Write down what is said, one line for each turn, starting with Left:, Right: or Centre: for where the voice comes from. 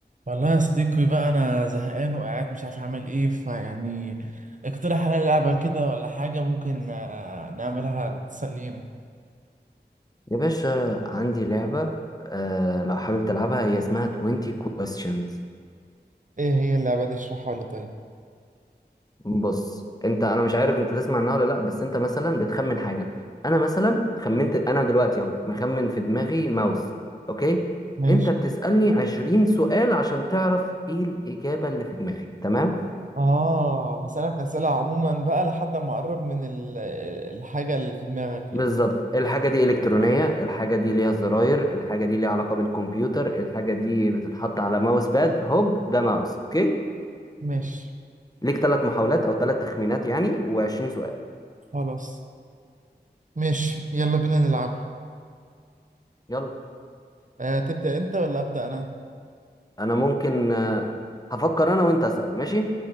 Right: والله يا صديقي بقى انا زهقان وقاعد مش عارف اعمل ايه فيعني اقترح عليا لعبة كده ولا حاجة ممكن آه، نعملها تسلينا
Left: يا باشا عندي لعبة آه لو حابب تلعبها هي اسمها 20 questions
Right: ايه هي اللعبة دي اشرحها لي طيب
Left: بص انت انا مش عارف انت تسمع عنها ولا لا بس انت مثلا بتخمن حاجة انا مثلا خمنت انا دلوقتي اهو مخمن في دماغي ماوس اوكي
Right: ماشي
Left: انت بتسألني 20 سؤال عشان تعرف ايه الإجابة اللي في دماغي تمام
Right: اه بسألك أسئلة عموما بقى لحد ما اقرب من ال- الحاجة اللي في دماغك
Left: بالظبط
Right: يعني
Left: الحاجة دي إلكترونية الحاجة دي ليها زراير الحاجة دي ليها علاقة بالكمبيوتر الحاجة دي بتتحط على ماوس باد هوب ده ماوس اوكي
Right: ماشي
Left: ليك ثلاث محاولات او ثلاث تخمينات يعني و20 سؤال
Right: خلاص ماشي يلا بينا نلعبها
Left: يلا
Right: أه تبدأ انت ولا أبدأ انا
Left: انا ممكن آه، هفكر انا وانت اسال ماشي